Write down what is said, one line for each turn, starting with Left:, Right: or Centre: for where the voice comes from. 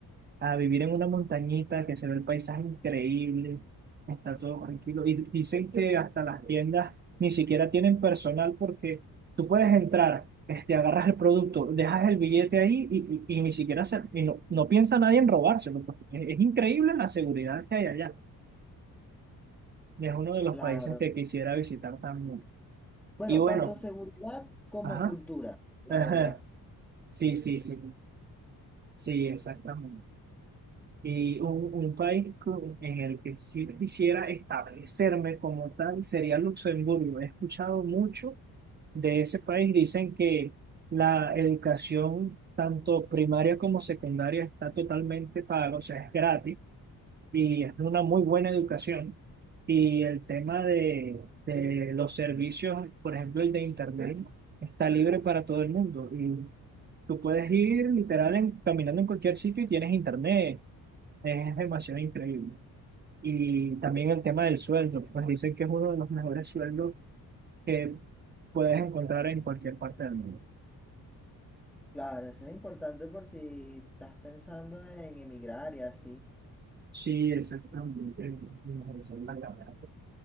Right: a vivir en una montañita que se ve el paisaje increíble, está todo tranquilo. Y dicen que hasta las tiendas ni siquiera tienen personal porque tú puedes entrar, este, agarras el producto, dejas el billete ahí y, y, y ni siquiera se, y no, no piensa nadie en robárselo. pues. Es, es increíble la seguridad que hay allá. Es uno de los
Centre: claro.
Right: países que quisiera visitar también.
Centre: Bueno,
Right: Y bueno,
Centre: tanto seguridad como
Right: ajá,
Centre: cultura,
Right: <laughs>
Centre: la
Right: ajá,
Centre: verdad.
Right: sí, sí, sí, sí, exactamente. Y un, un país con- en el que sí quisiera establecerme como tal sería Luxemburgo. He escuchado mucho de ese país. Dicen que la educación, tanto primaria como secundaria, está totalmente paga, o sea, es gratis y es una muy buena educación. Y el tema de, de los servicios, por ejemplo, el de Internet, está libre para todo el mundo. Y tú puedes ir literal en- caminando en cualquier sitio y tienes Internet es demasiado increíble. Y también el tema del sueldo, pues dicen que es uno de los mejores sueldos que puedes encontrar en cualquier parte del mundo.
Centre: Claro, eso es importante por si estás pensando en emigrar y así.
Right: Sí, exactamente. El mejor sueldo en la verdad,